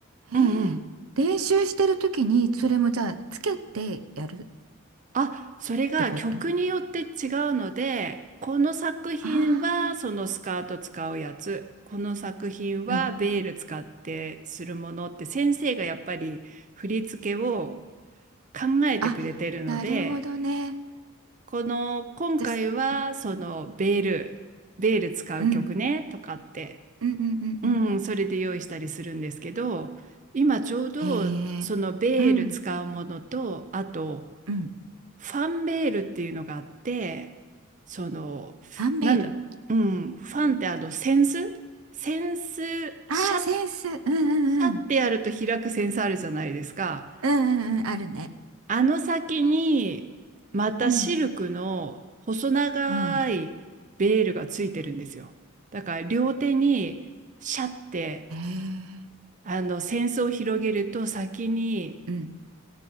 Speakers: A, on the right (about 35°); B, on the right (about 85°).
A: うんうん。
B: ええ練習してる時にそれもじゃあつけてやるっ
A: あ、それが曲によって違うので、
B: てこと
A: この作品はそのスカート使うやつ、
B: ああ
A: この作品はベール使ってするものって、
B: ー、うん。
A: 先生がやっぱり振り付けを考えてくれてるので、
B: あ、なるほどね。
A: この今回はそのベールベール使う曲ねとかって、
B: じゃあ、うん、うんうんうんうん。
A: うん、それで用意したりするんですけど今ちょうどそのベール使うものとあと
B: へえ、うん、うん。
A: ファンベールっていうのがあってそのなんだ、
B: ファンベール。
A: うん、ファンってあの扇子扇子
B: ああ、
A: シャッ
B: センス。うんうんうん。
A: シャッてやると開く扇子あるじゃないですか。
B: うんうんうん。あるね。
A: あの先に、またシルクの細長いベールがついてるんですよ。
B: うん、うん。
A: だから両手にシャッて、
B: へえ、
A: あの、扇子を広げると先に
B: うん、